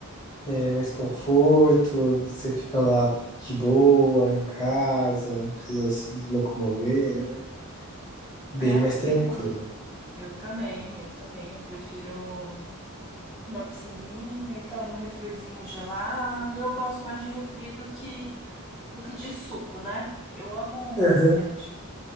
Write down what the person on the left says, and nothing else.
é mais conforto, você fica lá de boa, em casa, não precisa se locomover, né? Bem
mais tranquilo.
Aham.